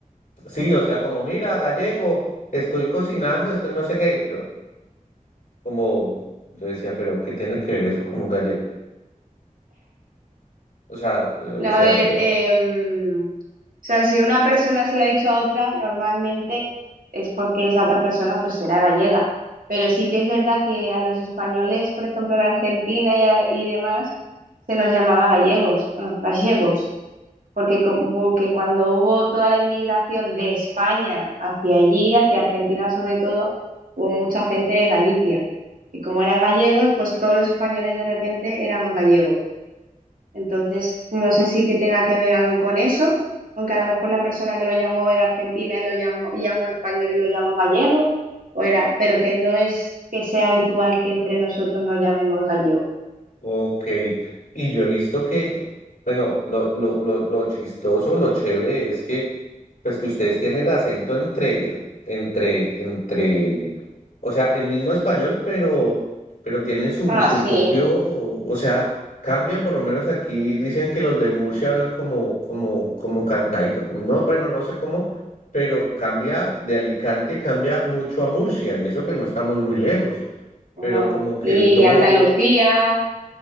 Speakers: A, on the left; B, on the right.
A: sí, o sea, como, mira, gallego, estoy cocinando, estoy no sé qué, yo, como, yo decía, pero ¿qué tiene que ver eso con un gallego? O sea, eh,
B: A
A: o sea,
B: ver,
A: pero
B: em, o sea, si una persona se lo ha dicho a otra, normalmente es porque esa otra persona pues será gallega. Pero sí que es verdad que a los españoles, por ejemplo, en Argentina y, a- y demás, se nos llamaba gallegos, bueno, gallegos, porque, co- porque cuando hubo toda la inmigración de España hacia allí, hacia Argentina sobre todo, hubo mucha gente de Galicia. Y como eran gallegos, pues todos los españoles de repente éramos gallegos. Entonces, no sé si que tenga que ver algo con eso, aunque a lo mejor la persona que lo llamó era argentina y lo llamó, y llamó a un español y lo llamó gallego, o era, pero que no es que sea habitual que entre nosotros nos llamemos gallego.
A: Ok, y yo he visto que, bueno, lo, lo, lo, lo chistoso, lo chévere es que, pues que ustedes tienen acento entre, entre, entre, o sea, el mismo español, pero, pero tienen su,
B: Ah,
A: su
B: sí,
A: propio, o sea, cambian, por lo menos aquí dicen que los de Murcia hablan como, como, como cantadito, como- no, bueno, no sé cómo, pero cambia de Alicante, cambia mucho a Murcia, y eso que no estamos muy lejos,
B: no.
A: pero como que
B: Y
A: el tono,
B: Andalucía.